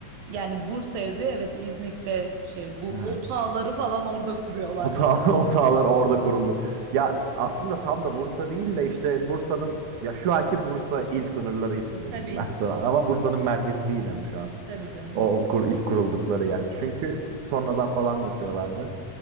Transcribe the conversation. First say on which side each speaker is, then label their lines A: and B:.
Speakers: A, on the right; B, on the right.
A: Yani Bursa yazıyor. Evet İznik'te şey bu
B: Ha.
A: otağları falan orada kuruyorlar.
B: Otağı, <laughs> otağlar orada kuruldu. Ya aslında tam da Bursa değil de işte Bursa'nın ya şu anki Bursa il sınırları içinde
A: Tabii
B: diyeyim ben
A: ki.
B: sana. Ama Bursa'nın merkezi değil hani şu an.
A: Tabii canım.
B: O
A: Bir
B: kur, ilk kuruldukları yer. Çünkü sonradan falan yapıyorlardı.